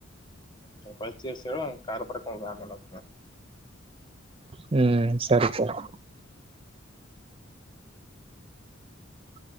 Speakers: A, on the left (about 25°); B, on the right (about 30°).
A: ಹ್ಮ ಪಚ ವರ್ಷ ಕಾರಾರ್ ಪರಕಾಮ
B: ಹ್ಮ್ ಸರಿ ಸರಿ <inaudible>